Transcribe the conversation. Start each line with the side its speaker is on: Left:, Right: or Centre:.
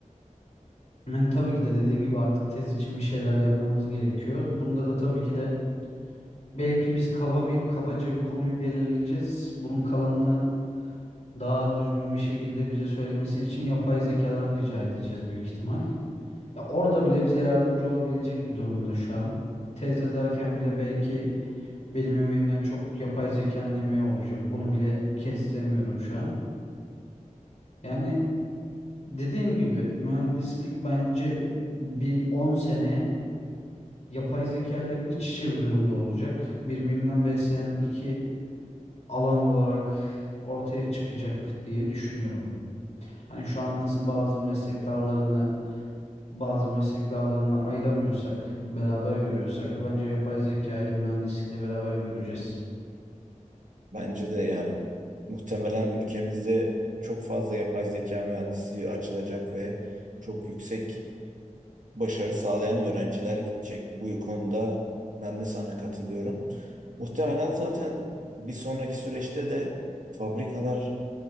Left: Yani tabii ki de dediğin gibi artık tez için bir şeyler yapmamız gerekiyor. Bunda da tabii ki de Belki biz kaba bir kabaca bir konuyu belirleyeceğiz. Bunun kalanını daha düzgün bir şekilde bize söylemesi için yapay zekadan rica edeceğiz büyük ihtimal. Ya orada bile bize yardımcı olabilecek bir durumda şu an. Tez yazarken bile belki benim emeğimden çok yapay zekanın emeği olacak. Onu bile kestiremiyorum şu an. Yani dediğim gibi mühendislik bence bir 10 sene yapay zeka ile iç içe bir durumda olacak. Birbirinden beslenen iki alan olarak ortaya çıkacak diye düşünüyorum. Hani şu an nasıl bazı meslek dallarını bazı meslek dallarını ayıramıyorsak, beraber görüyorsak bence yapay zekayı da mühendislikle beraber göreceğiz.
Right: Bence de yani muhtemelen ülkemizde çok fazla yapay zeka mühendisliği açılacak ve çok yüksek başarı sağlayan öğrenciler gidecek. Bu konuda ben de sana katılıyorum. Muhtemelen zaten bir sonraki süreçte de fabrikalar